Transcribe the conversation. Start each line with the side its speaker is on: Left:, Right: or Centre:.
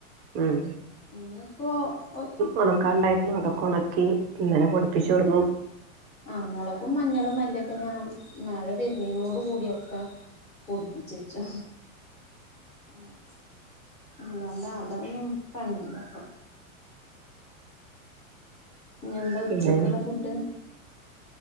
Right: ഉം
Left: ഇന്ന്പ്പോ ഒ
Right: ഒണക്കാണ്ടായിരുന്നു അതൊക്കെണക്കി ഇന്നന്നെ പൊടിപ്പിചൊട്ന്നു
Left: ആഹ് മൊളകും മഞ്ഞളും മല്ലിയൊക്കെ ഞാൻ മഴ വെര്നിനോട് കൂടിയൊക്കെ പൊടിപ്പിച്ചച്ചു. ആഹ് അതൊണ്ടാണ് അതൊന്നും പണിയില്ലപ്പം ഞ്ഞെന്താ ഉച്ചക്ക്ള്ള
Right: പിന്നെ
Left: ഫുഡ്